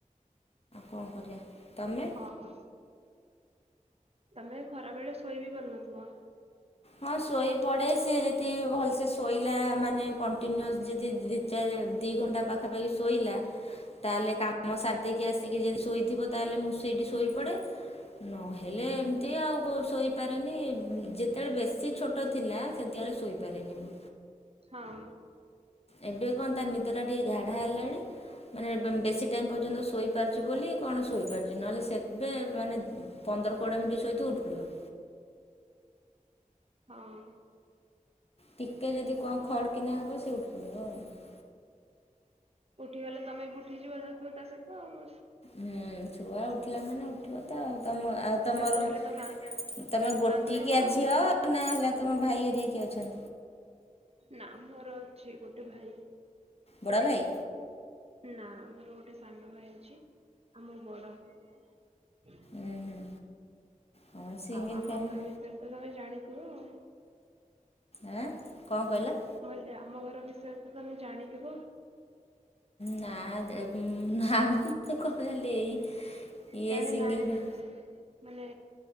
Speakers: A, on the left; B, on the right.
A: କଣ କରିବା ତମେ?
B: ହଁ ତମେ ଖରା ବେଳେ ଶୋଇ ବି ପାରୁନଥିବ?
A: ହଁ ଶୋଇ ପଡେ ସିଏ ଯଦି ଭଲ ସେେ ଶୋଇଲା ମାନେ କଣ୍ଟିନ୍ୟୁସ୍ ଯଦି ଚାର ଦି ଘଣ୍ଟା ପାଖାପାଖି ଶୋଇଲା ତାହେଲେ କାମ କାମ ସାର ଦେଇକି ଆସିକି ଯଦି ଶୋଇଥିବ ତାହେଲେ ମୁଁ ସେଇଠି ଶୋଇପଡେ ନହେଲେ ଏମିତି ଆଉ ଶୋଇପାରେନି ଯେ ସେତେବେଳେ ବେଶୀ ଛୋଟ ଥିଲା ସେତେବେଳେ ଶୋଇପାରେନି ମୁଁ
B: ହଁ।
A: ଏବେ କଣ ତ ନିଦଟା ଟିକେ ଗାଢା ହେଲାଣି ମାନେ ବେଶୀ ଟାଇମ୍ ପର୍ଯ୍ୟନ୍ତ ଶୋଇପାରୁଚିି ବୋଲି କଣ ଶୋଇପାରୁଚି ନହେଲେ ସେବେ ମାନେ ପନ୍ଦର କୋଡ଼ିଏ ମିନି୍ଟି ଶୋଇଥିବ ଉଠି ପଡିବ।
B: ହଁ।
A: ଟିକେ ଯଦି କଣ ଖଡ଼୍ କିନା ହବ ସିଏ ଉଠି ପଡିବ ଆଉ।
B: ଉଠିଗଲେ ତୋମେ ବି ଉଠିଯିବ ଯାଉଥିବ ତା ସହିତ ଆଉ।
A: ହୁଁ, ଛୁଆ ଉଠିଲା ମାନେ ଉଠିବ ତ ତୋମେ ଆଉରୁ ତୋମର
B: ସେ ଉଠିଲେ
A: ଉଁ,
B: ତ କା
A: ତୋମେ ଗୋଟିକିଆ
B: କାନ୍ଦୁଥିବ ଆଉ।
A: ଝିଅ ନା ହେଲା ତୋମ ଭାଇ ହେରିଆ କିଏ ଅଛନ୍ତି?
B: ନା ମୋର ଅଛି ଗୋଟେ ଭାଇ।
A: ବଡ଼ ଭାଇ?
B: ନା ଆମର ଗୋଟେ ସାନ ଭାଇ ଅଛି, ଆଉ ମୁଁ ବଡ। <unintelligible>
A: ଉଁ, ହୁଁ। ହଁ ସିଙ୍ଗିଲ୍
B: ଆଉ ଆମ
A: ଫ୍ୟାମିଲି
B: ଘର ବିଷୟରେ ତ ତୋମେ ଜାଣିଥିବ ଆଉ।
A: ଆଁ, କଣ କହିଲ?
B: ମୁଁ କଇଲି ଯେ ଆମ ଘର ବିଷୟରେ ତ ତୋମେ ଜାଣିଥିବ।
A: ନା ଦେ-ହୁଁ, ନା ମୁଁ କଣ ଜାଣିଲି ଏଇ ଇଏ
B: ଜାଣିନ
A: ସିଙ୍ଗଲ୍
B: ଆମ ଘର
A: <inaudible>
B: ବିଷୟରେ ମାନେ